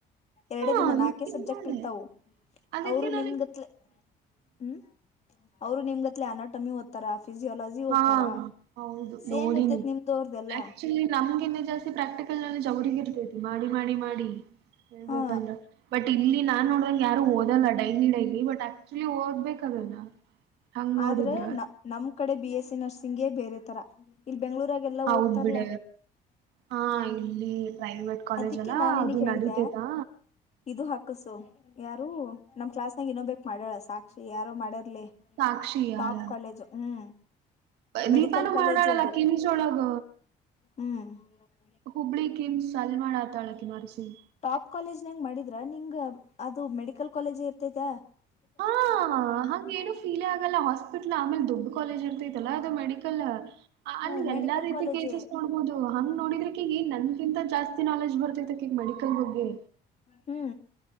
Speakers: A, on the left (about 40°); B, on the right (about 85°).
A: ಎರಡೇ
B: ಹಾ
A: ದಿನ ನಾಲ್ಕೆ
B: ಈಕಿನ್
A: ಸಬ್ಜೆಕ್ಟ್
B: ಮಾಡೆ
A: ಇರ್ತವು.
B: ಅದಕ್ಕೆ
A: ಅವರು
B: ನನಗ್
A: ನಿಮ್ಗತ್ಲೆ ಹ್ಮ ಅವರು ನಿಮ್ಗತ್ಲೆ ಅನಾಟಮಿ ಓದ್ತಾರ. ಫಿಸಿಯೋಲಜಿ
B: ಹಾ
A: ಓದ್ತಾರ
B: ಹೌದು
A: ಸೇಮ್
B: ನೋಡಿನಿ.
A: ಇರ್ತೇತ್ ನಿಮ್ದು ಅವ್ರ್ದೆಲ್ಲಾ
B: ಆಕ್ಚುಲಿ ನಮ್ಗನ್ನ ಜಾಸ್ತಿ ಪ್ರಾಕ್ಟಿಕಲ್ ನ ಜ ಅವರಿಗ ಇರ್ತೈತಿ ಮಾಡಿ ಮಾಡಿ ಮಾಡಿ ಹೇಳ್ಬೇಕಂದ್ರ
A: ಹಾ
B: ಮ ಇಲ್ಲಿ ನಾನ್ ನೋಡ್ರಗ ಯಾರು ಓದಲ್ಲ ಡೈಲಿ ಡೈಲಿ ಬಟ್ ಆಕ್ಚುಲಿ ಓದ್ಬೇಕ ಅದನ್ನ ಹಂಗ್ ನೋಡಿದ್ರ
A: ಆದ್ರೆ ನ ನಮ್ ಕಡೆ ಬಿ ಎಸ್ಸ ನರ್ಸಿಂಗೇ ಬೇರೆ ತರ ಇಲ್ ಬೆಂಗ್ಗಳೂರಾಗ ಎಲ್ಲ
B: ಹೌದ್
A: ಓದ್ತಾರಲ್ಲ.
B: ಬಿಡ ಹಾ ಇಲ್ಲಿ ಪ್ರೈವೇಟ್ ಕಾಲೇಜ್
A: ಅದಿಕ್ಕೆ
B: ಅಲ್ಲ
A: ನಾ ನಿನಗ
B: ಅದು
A: ಹೇಳ್ದ
B: ನಡೀತೇತಾ
A: ಇದು ಹಾಕಸು. ಯಾರು ನಮ್ ಕ್ಲಾಸ್ನಾಗ ಇನ್ನೊಬಕ ಮಾಡ್ಯಳ ಸಾಕ್ಷಿ ಯಾರೋ ಮಾಡ್ಯಾರ. ಲಿ
B: ಸಾಕ್ಷಿಯಾಳ
A: ಟಾಪ್ ಕಾಲೇಜ್ ಹ್ಮ. ಮೆಡಿಕಲ್
B: ದೀಪಾನು
A: ಕಾಲೇಜ್
B: ಮಾಡಾಳಲ್ಲ
A: ಅದು
B: ಕಿಮ್ಸ್ ಒಳಗ
A: ಹ್ಮ. <inaudible>
B: ಹುಬ್ಳಿ ಕಿಮ್ಸ್ ಅಲ್ಲಿ ಮಾಡಾತಾಳ ಅಕಿ ವರ್ಷಿಣಿ.
A: ಟಾಪ್ ಕಾಲೇಜ್ನಂಗ ಮಾಡಿದ್ರ ನಿಂಗ ಅದು ಮೆಡಿಕಲ್ ಕಾಲೇಜ ಇರ್ತತ.
B: ಹಾ ಹಂಗ ಏನು ಫೀಲ್ ಆಗಲ್ಲ ಹಾಸ್ಪಿಟ್ಲ ಆಮೇಲೆ ದೊಡ್ ಕಾಲೇಜ್ ಇರ್ತೈತಲ್ಲಾ ಅದು ಮೆಡ ಆಕಲ್ಲ. ಆ
A: ಹ್ಮ್
B: ಅಲ್ಲಿ
A: ಮೆಡಿಕಲ್
B: ಎಲ್ಲಾ ರೀತಿ
A: ಕಾಲೇಜೇ
B: ಕೇಸಸ್ ನೋಡ್ಬದು ಹಂಗ ನೋಡಿದ್ರ ಅಕಿಗಿ ನನ್ಗಿಂತ ಜಾಸ್ತಿ ನಾಲೆಜ್ ಬರ್ತೈತೆ ಕಿಗ ಮಡಿಕಲ್ ಬಗ್ಗೆ
A: ಹ್ಮ.